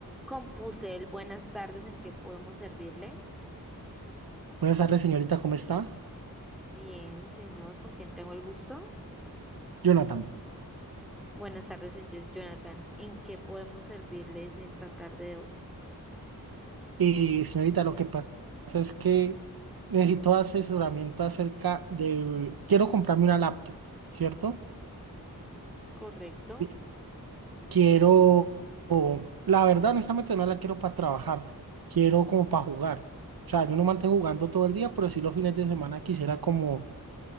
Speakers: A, in the centre; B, on the right.
A: Compuse el buenas tardes, ¿en qué podemos servirle?
B: Buenas tardes, señorita, ¿cómo está?
A: Bien, señor, ¿con quién tengo el gusto?
B: Jonathan.
A: Buenas tardes, señor Jonathan, ¿en qué podemos servirles en esta tarde de hoy?
B: Y señorita, lo que pasa es que necesito asesoramiento acerca de... Quiero comprarme una laptop, ¿cierto?
A: Correcto.
B: Y Quiero... o- La verdad, honestamente, no la quiero para trabajar. Quiero como para jugar. O sea, yo no mantengo jugando todo el día, pero sí los fines de semana quisiera como